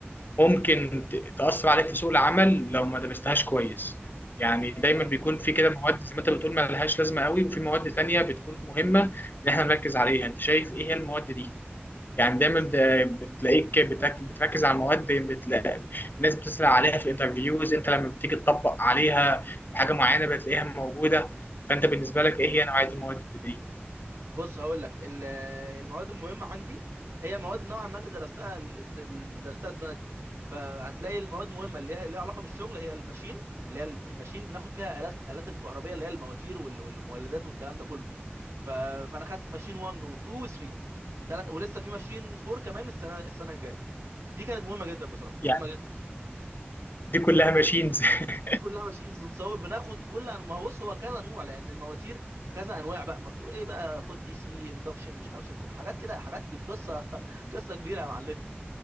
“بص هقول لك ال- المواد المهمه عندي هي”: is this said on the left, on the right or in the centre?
Right